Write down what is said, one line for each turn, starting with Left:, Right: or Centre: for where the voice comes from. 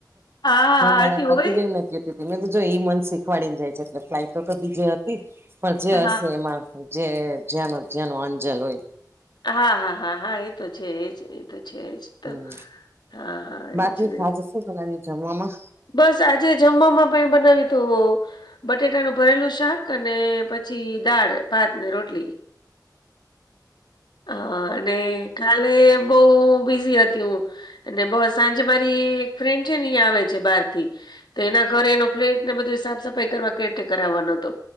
Left: હા
Right: હું મારા
Left: હતી
Right: પતિ
Left: હોય
Right: દેવને ક મે તો જો એ મન શીખવાડીને જાય છે એટલે ફ્લાઇટ તો બીજે હતી, પણ જે
Left: હા
Right: હશે એમાં. જે જ્યાંનો જ્યાંનો અંજલ હોય.
Left: હા હા હા હા એ તો છે એજ એ તો છે જ. તો
Right: હમ
Left: હા હા
Right: બાકી
Left: એ છે.
Right: આજે શું છેમાં જમવામાં?
Left: બસ આજે જમવામાં ભ બનાવી તો. બટેટાનું ભરેલું શાક અને પછી દાળ ભાત ને રોટલી. હા અને કાલે બહ બિઝી હતી હું, અને બ સાંજે મારી એક ફ્રેન્ડ છે ને અહીંયા આવે. બાર થી તો એના ઘરે એનો ફ્લેટ ને બધ સાફ સફાઈ કરવા કે કરાવવાનો હતો.